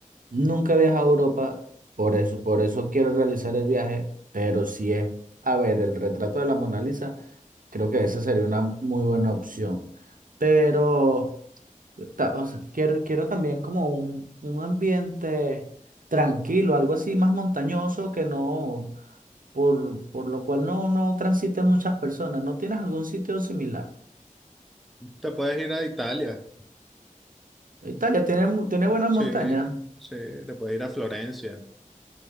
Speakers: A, on the right; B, in the centre.
A: Nunca he viajado a Europa, por eso, por eso quiero realizar el viaje, pero si es, a ver, el retrato de la Mona Lisa, creo que esa sería una muy buena opción. Pero ta- o sea, quiero, quiero también como un, un ambiente tranquilo, algo así más montañoso que no, por, por lo cual no, no transiten muchas personas. ¿No tienes algún sitio similar?
B: Te puedes ir a Italia.
A: Italia tiene, mu- tiene buenas
B: Sí,
A: montañas.
B: sí, te puedes ir a Florencia.